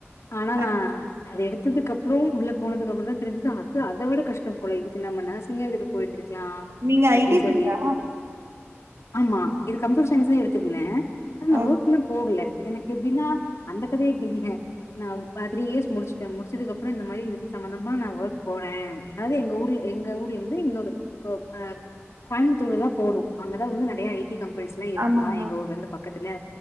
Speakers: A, on the left; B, on the right.
A: ஆனா
B: அ
A: நா அது எடுத்ததுக்கு அப்புறம் உள்ள போனதுக்கு அப்புறம் தா தெரிஞ்சது அது அத விட கஷ்டம் போல இதுக்கு நம்ம நரசிங்கே எடுத் போயிருந்திருக்கலா
B: நீங்க
A: அப்படின்
B: ஐடி ஃபீல்டா?
A: சொல்லி இருந்தது ஆமா இது கம்ப்யூட்டர் சயின்ஸ் தா எடுத்திருந்தே ஆனா நா
B: ஓகே.
A: ஒர்க்லா போகல எனக்கு எப்டின்னா அந்த கதயே கேளுங்க நா பா த்ரீ இயர்ஸ் முடிச்சுட்டே முடிச்சதுக்கு அப்புறோ இந்த மாதிரி இது சம்பந்தமா நா ஒர்க் போறே அதாவது எங்க ஊர்ல எங்க ஊர்ல இருந்து இன்னொரு ஓ அ கோயம்பத்தூர்ல தா போவ்னூ அங்கதா வந்து நெறயா ஐ டி கம்பெனிஸ் ன்ன இருக்கா
B: ஆமாமா.
A: எங்க ஊர்ல இருந்து பக்கத்துல